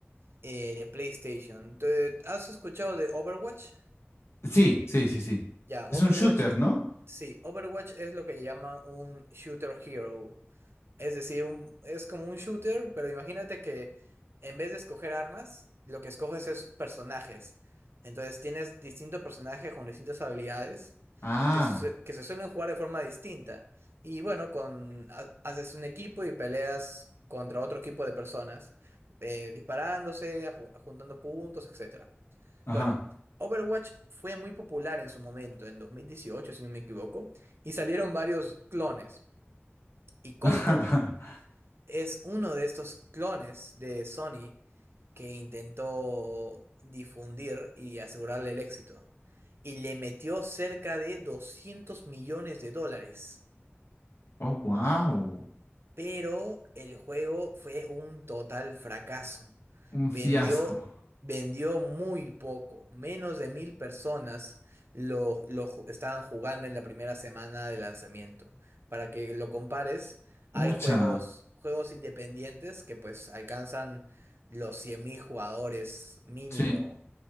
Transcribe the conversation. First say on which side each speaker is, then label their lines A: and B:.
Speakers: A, on the right; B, on the left.
A: eh, de PlayStation. ¿Te- ¿Has escuchado de Overwatch?
B: Sí, sí, sí, sí.
A: Ya,
B: Es
A: Overwatch,
B: un shooter,
A: eh,
B: ¿no?
A: sí, Overwatch es lo que llaman un shooter hero. Es decir, un, es como un shooter, pero imagínate que en vez de escoger armas, lo que escoges es personajes. Entonces tienes distintos personajes con distintas habilidades
B: Ah,
A: que se, sue- que se suelen jugar de forma distinta. Y bueno, con, ha- haces un equipo y peleas contra otro equipo de personas, eh, disparándose, aju- juntando puntos, etcétera
B: ajá.
A: Bueno, Overwatch fue muy popular en su momento, en 2018 si no me equivoco, y salieron varios clones. Y Concord
B: <laughs>
A: es uno de estos clones de Sony que intentó difundir y asegurarle el éxito. Y le metió cerca de doscientos millones de dólares
B: Oh, wow.
A: pero el juego fue un total fracaso.
B: Un
A: Vendió,
B: fiasco.
A: vendió muy poco, menos de mil personas lo, lo ju- estaban jugando en la primera semana de lanzamiento. Para que lo compares,
B: Pucha.
A: hay juegos, juegos independientes que pues alcanzan los 100.000 jugadores mínimo.
B: Sí.